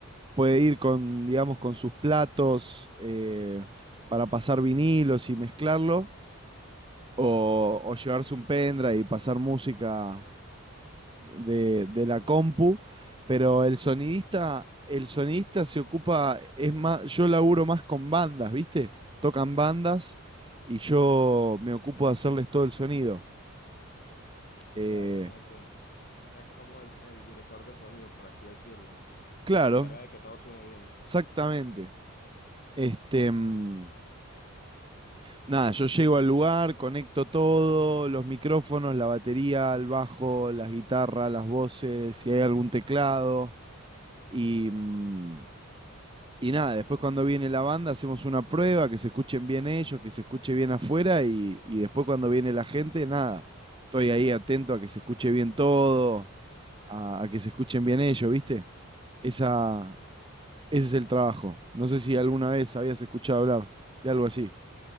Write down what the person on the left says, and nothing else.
Ya, ya, ya entiendo. O sea, es como el, el director de sonido, por así decirlo,
que se encarga de que todo suene bien.